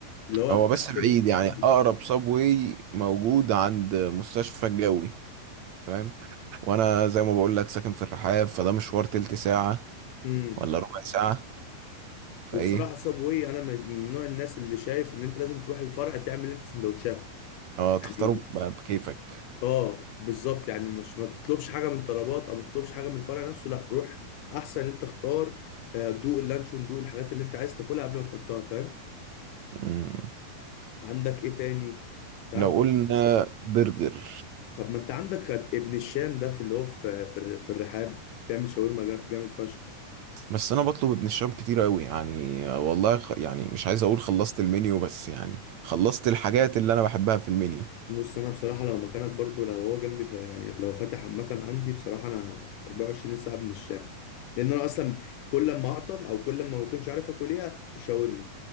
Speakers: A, on the left; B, on the right.
A: اللي هو
B: هو
A: الاكل
B: بس بعيد يعني
A: الخفيف.
B: أقرب سابوي موجود عند مستشفى الجوي فاهم وأنا زي ما بقول لك ساكن في الرحاب فده مشوار تلت ساعة
A: امم
B: ولا ربع ساعة فإيه
A: وبصراحه سبوي انا من من نوع الناس اللي شايف ان انت لازم تروح الفرع تعمل انت سندوتشاتك
B: اه
A: يعني
B: تختاره ب- بكيفك
A: اه بالظبط يعني مش ما تطلبش حاجه من طلبات او ما تطلبش حاجه من الفرع نفسه لا روح احسن انت اختار آه، دوق اللانشون دوق الحاجات اللي انت عايز تاكلها قبل ما تحطها فاهم
B: مم.
A: عندك ايه تاني تعال
B: لو
A: نخش
B: قلنا
A: في ال-
B: برجر
A: طب ما انت عندك ابن الشام ده في اللي هو في في, الر- في الرحاب بيعمل شاورما جا- جامد فشخ
B: بس انا بطلب ابن الشام كتير قوي يعني آه، والله خ... يعني مش عايز اقول خلصت المنيو بس يعني خلصت الحاجات اللي انا بحبها في المنيو
A: بص انا بصراحه لو مكانك برضو لو هو جنبي ف- يعني لو فاتح عامه عندي بصراحه انا 24 ساعه ابن الشام لان انا اصلا كل ما اعطل او كل ما ما بكونش عارف اكل ايه شاورما